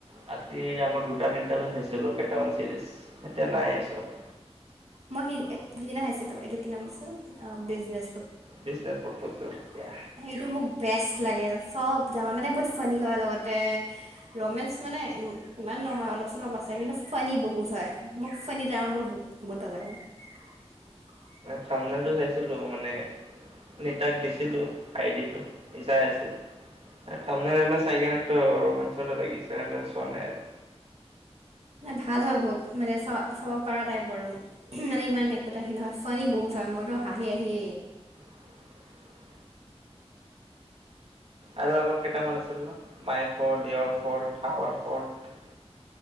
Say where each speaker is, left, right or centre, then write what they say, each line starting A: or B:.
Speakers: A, on the right (about 60°); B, on the right (about 75°).
A: ৰাতি আ গত দুটা তিনটালৈ চাইছিলোঁ কেইটামান চিৰিজ, এতিয়া নাই এই চব।
B: মই সিদ- সিদিনা খাইছিলোঁ এইটো কি নাম আছিল বিজনেছ।
A: বিজনেছ প্ৰপ'জেল
B: <inaudible>
A: এতিয়া
B: সেইটো মোক বেষ্ট লাগে চব <unintelligible> মানে বহুত ফানী হয় লগতে ৰমেঞ্চ মানে ই ইমান নহয়। অলপ চলপ আছে কিন্তু ফনী বহুত হয় মোক ফনী ড্ৰামাবোৰ বহু <unintelligible>
A: থামমেলটো চাইছিলোঁ মানে নিতাক দিছিলোঁ আইডিটো সি চাই আছিল। <unintelligible> চাই কিনেতো ৰোমাঞ্চ এটা লাগিছে এনেই চোৱা নাই আৰু।
B: ভাল হয় বহুত মানে চ চাব পাৰা টাইপ বাৰু মানে ইমান একো এটা সেই নহয় ফনী বহুত <unintelligible> মইতো হাঁহি হাঁহি
A: <inaudible> আৰু আগত কেইটামান আছিল no my fault, your fault, our fault.